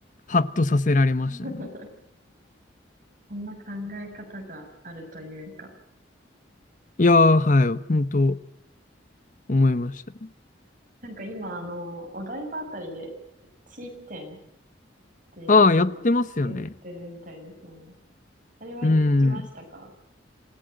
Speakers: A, on the left; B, on the right.
A: ハッとさせられましたね。
B: <laughs>
A: なんか
B: こんな考え方があるというか。
A: いやー、はい、本当思いました。
B: なんか今、あの、お台場あたりで、地点っていうのをやってるみたいですよね。
A: ああ、やってますよね。
B: あれは行きましたか
A: うん。